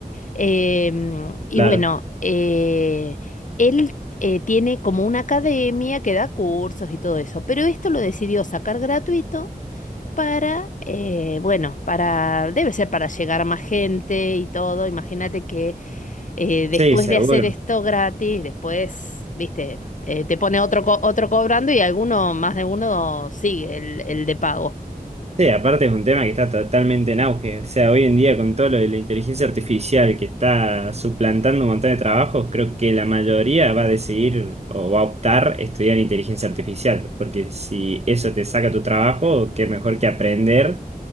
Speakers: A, on the left; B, on the right.
A: Em, y
B: Claro,
A: bueno, eh, él eh, tiene como una academia que da cursos y todo eso, pero esto lo decidió sacar gratuito para, eh, bueno, para, debe ser para llegar a más gente y todo. Imagínate que eh, después
B: sí, seguro.
A: de hacer esto gratis, después, viste, eh, te pone otro, co- otro cobrando y alguno, más de uno, sigue el, el de pago.
B: Sí, aparte es un tema que está totalmente en auge. O sea, hoy en día con todo lo de la inteligencia artificial que está suplantando un montón de trabajos, creo que la mayoría va a decidir o va a optar estudiar inteligencia artificial, porque si eso te saca tu trabajo, qué mejor que aprender